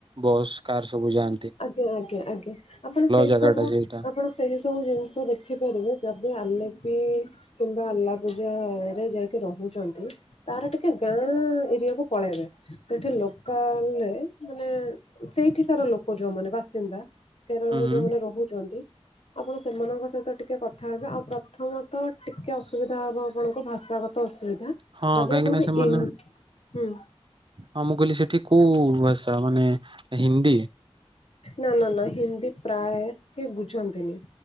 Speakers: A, on the right; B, on the left.
A: ବସ୍ କାର ସବୁ ଯାଆ
B: ଆଜ୍ଞା ଆଜ୍ଞା ଆଜ୍ଞା ଆପଣ ସେଇ
A: ଜାଗା
B: ସବୁ
A: ଟା ସେଇଟା
B: ଆପଣ ସେହି ସବୁ ଜିନିଷ ଦେଖିପାରିବେ ଯଦି ଆଲେପି କିମ୍ବା ଆଲ୍ଲା ପୂଜାରେ ଯାଇକି ରହୁଚନ୍ତି। ତାର ଟିକେ ଗାଁ ଏରିଆକୁ ପଳେଇବେ। ସେଠି ଲୋକାଲରେ ମାନେ ସେଇଠିକାର ଲୋ କ ଯୋଉମାନେ ବାସିନ୍ଦା କେରଳରେ
A: ହୁଁ ହୁଁ
B: ଯୋଉମାନେ ରହୁଛନ୍ତି। ଆପଣ ସେମାନଙ୍କ ସହିତ ଟିକେ କଥା ହେବେ ଆଉ ପ୍ରଥମତ ଟିକେ ଅସୁବିଧା ହବ ଆପଣଙ୍କୁ ଭାଷା କ ତ ଅସୁବିଧା
A: ହଁ
B: ଯଦି
A: କାହିଁକି
B: ଆପଣଙ୍କୁ
A: ନା ସେମାନେ
B: ଇନ୍ ହୁଁ।
A: ହଁ ମୁଁ କହିଲି ସେଠି କୋଉ ଭାଷା ମାନେ ହିନ୍ଦୀ?
B: ନା ନା ନା ହିନ୍ଦୀ ପ୍ରାୟ କିଏ ବୁଝନ୍ତିନି।